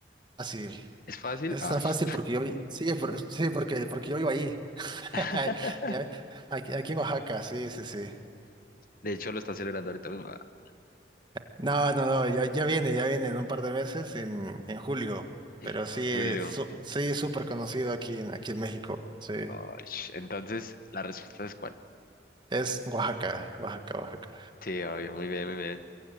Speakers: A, on the right; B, on the left.
A: fácil.
B: ¿Es fácil?
A: Eso
B: Ash.
A: está fácil porque yo vi- sí, por- sí, porque, porque yo vivo ahí. <laughs>
B: <laughs>
A: Ya, Aquí, aquí en Oaxaca, sí, sí, sí.
B: De hecho, lo están celebrando ahorita mismo. Ah,
A: No, no, no, ya, ya viene, ya viene en un par de meses, en, en julio.
B: eh,
A: Pero sí,
B: Julio.
A: es su- sí, es súper conocido aquí en, aquí en México. Sí.
B: Ash. Entonces, ¿la respuesta es cuál?
A: Es Oaxaca, Oaxaca, Oaxaca.
B: Sí, obvio, muy bien, muy bien.